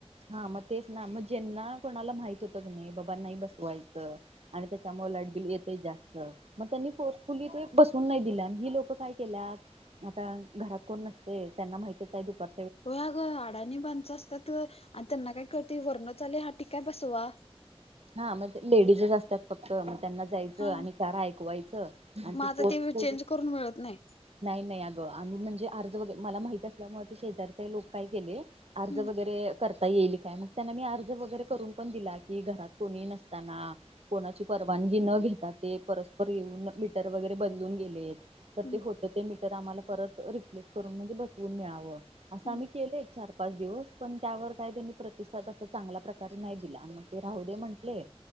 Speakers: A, on the right; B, on the left.
A: हा मग तेच ना मग ज्यांना कोणाला माहित होतं कणी नाही बाबा नाही बसवायचं. आणि त्याच्यामुळे लाईटबिल येते जास्त मग त्यांनी फोर्स कि ते बसवून नाही दिल्यान ही लोकं काय केल्यात आता घरात कोण नसतय त्याना माहितच आहे दुपार
B: हो अगं आडानी माणसं असतात गं आणि त्यांना काय कळतय वरणच आलंय हा ठीक आहे बसवा.
A: हा मग लेडीजच असतात फक्त त्यांना जायच
B: हा
A: आणि च ऐकवायचं आणि
B: मग आता
A: त
B: ते
A: पो
B: चेंज करून मिळत नाही
A: नाही नाही अगं आम्ही म्हणजे अर्ज वगैरे मला माहित असल्यामुळे ते शेजारीचे लोक काय गेले. अर्ज
B: हम्म
A: वगैरे करता येईल काय मग त्यांना मी अर्ज वगैरे करून पण दिला की घरात. कोणी नसताना. कोणाची परवानगी न घेता, ते परस्पर येऊन मीटर वगैरे बदलून गेलेत. तर
B: हम्म
A: ते होतं ते मीटर आम्हाला परत रिप्लेस करून म्हणजे बसवून मिळावं, असं
B: हम्म
A: आम्ही केलं चार पाच दिवस पण, त्यावर काय त्यांनी प्रतिसाद अस चांगल्या प्रकारे नाही दिला, म ते राह ते म्हंटले